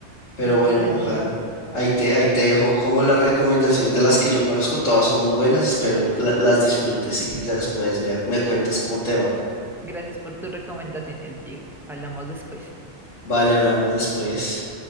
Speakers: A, on the left; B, in the centre.
A: Pero
B: Listo,
A: bueno, ojalá.
B: Gio.
A: Ahí te, ahí te dejo como las recomendaciones de las que yo conozco, todas son muy buenas, espero la- las disfrutes y las puedes ver. Me cuentas cómo te va.
B: Gracias por tus recomendaciones, Gio. Hablamos después.
A: Vale, hablamos después.